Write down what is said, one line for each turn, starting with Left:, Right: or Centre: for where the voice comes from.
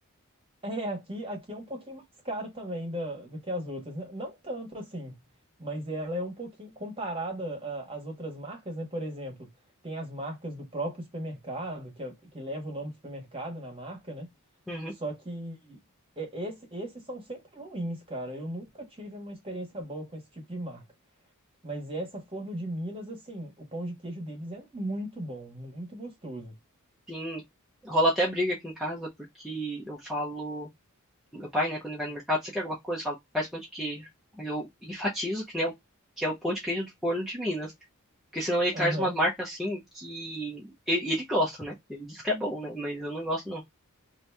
Right: é, aqui, aqui é um pouquinho mais caro também da, do que as outras, né? Não tanto assim, mas ela é um pouquinho, comparada a- às outras marcas, né? Por exemplo, tem as marcas do próprio supermercado, que, é- que leva o nome do supermercado na marca, né?
Centre: Uhum.
Right: Só que é- esse, esses são sempre ruins, cara. Eu nunca tive uma experiência boa com esse tipo de marca. Mas essa Forno de Minas, assim, o pão de queijo deles é muito bom, muito gostoso.
Centre: Sim, rola até briga aqui em casa, porque eu falo, meu pai, né, quando ele vai no mercado, você quer alguma coisa? Eu falo, faz pão de queijo. Aí eu enfatizo que, né, o- que é o pão de queijo do forno de Minas, porque senão ele traz
Right: Aham.
Centre: umas marcas assim que ele, ele gosta, né? Ele diz que é bom, né? Mas eu não gosto, não.